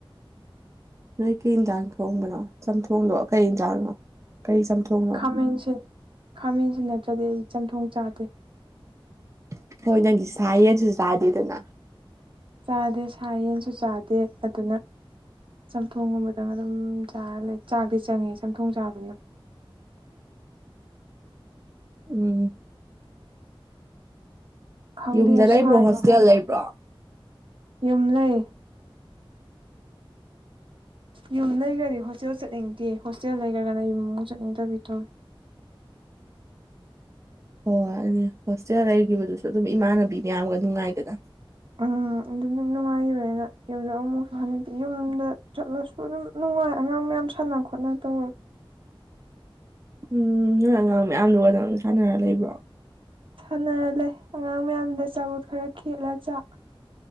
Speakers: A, on the right (about 30°); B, on the right (about 65°).
A: ꯅꯣꯏ ꯀꯩ ꯏꯟꯖꯥꯡ ꯊꯣꯡꯕꯅꯣ ꯆꯝꯊꯣꯡꯗꯣ ꯀꯩ ꯏꯟꯖꯥꯡꯅꯣ ꯀꯩ ꯆꯝꯊꯣꯡ
B: ꯈꯥꯃꯦꯟꯁꯤꯟ ꯈꯥꯃꯦꯟꯁꯤꯟ ꯅꯠꯇ꯭ꯔꯗꯤ ꯑꯩ ꯆꯝꯊꯣꯡ ꯆꯥꯗꯦ
A: ꯏꯁ ꯍꯣꯏ ꯅꯪꯗꯤ ꯁꯥꯥꯌꯦꯟꯁꯨ ꯆꯥꯗꯦꯗꯅ
B: ꯆꯥꯗꯦ ꯁꯥ ꯌꯦꯟꯁꯨ ꯆꯥꯗꯦ ꯑꯗꯨꯅ ꯆꯝꯊꯣꯡꯒꯨꯝꯕꯗꯪ ꯑꯗꯨꯝ ꯆꯥ ꯂꯩ ꯆꯥꯛꯇꯤ ꯆꯪꯉꯦ ꯆꯝꯊꯣꯡ ꯆꯥꯕꯅ
A: ꯎꯝ
B: ꯈꯪꯗꯦ
A: ꯌꯨꯝꯗ ꯂꯩꯕ꯭ꯔꯣ
B: ꯁꯥꯏ
A: ꯍꯣꯁꯇꯦꯜ
B: <unintelligible>
A: ꯂꯩꯕ꯭ꯔꯣ
B: ꯌꯨꯝ ꯂꯩ ꯌꯨꯝ ꯂꯩꯈ꯭ꯔꯗꯤ ꯍꯣꯁꯇꯦꯜ ꯆꯠꯅꯤꯡꯗꯦ ꯍꯣꯁꯇꯦꯜ ꯂꯩꯈ꯭ꯔꯒꯅ ꯌꯨꯝ ꯑꯃꯨꯛ ꯆꯠꯅꯤꯡꯗꯕꯤ ꯇꯧꯋꯤ
A: ꯍꯣꯏ ꯑꯗꯨꯅꯤ ꯍꯣꯁꯇꯦꯜ ꯂꯩꯈꯤꯕꯗꯨꯁꯨ ꯑꯗꯨꯝ ꯏꯃꯥꯟꯅꯕꯤ ꯃꯌꯥꯝꯒ ꯅꯨꯡꯉꯥꯏꯗꯅ
B: ꯎꯝ ꯑꯗꯨ ꯑꯗꯨꯝ ꯅꯨꯡꯉꯥꯏꯈꯤꯕꯅꯤꯅ ꯌꯨꯝ ꯗ ꯑꯃꯨꯛꯁꯨ ꯍꯟꯅꯤꯡꯇꯤ ꯌꯨꯝꯗ ꯆꯠꯂꯁꯨ ꯑꯗꯨꯝ ꯅꯨꯡꯉꯥꯏ ꯑꯉꯥꯡ ꯃꯌꯥꯝ ꯁꯥꯟꯅ ꯈꯣꯠꯅ ꯇꯧꯔ
A: ꯎꯝ ꯅꯣꯏ ꯑꯉꯥꯡ ꯃꯌꯥꯝꯗꯨꯒ ꯅꯪ ꯁꯥꯟꯅꯔ ꯂꯩꯕ꯭ꯔꯣ
B: ꯁꯥꯟꯅꯔ ꯂꯩ ꯑꯉꯥꯡ ꯃꯌꯥꯝꯗ ꯑꯆꯥꯕꯣꯠ ꯈꯔ ꯈꯦꯠꯂ ꯆꯥ